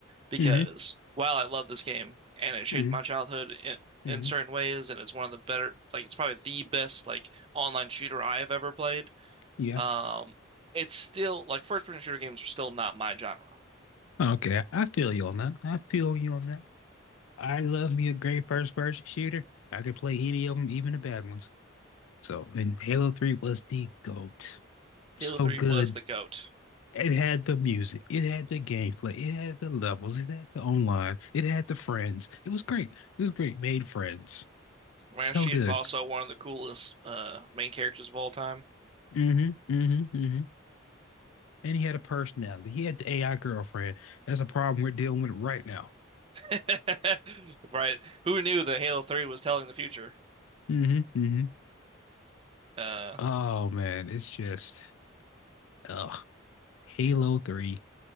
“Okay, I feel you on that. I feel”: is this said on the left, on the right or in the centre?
Left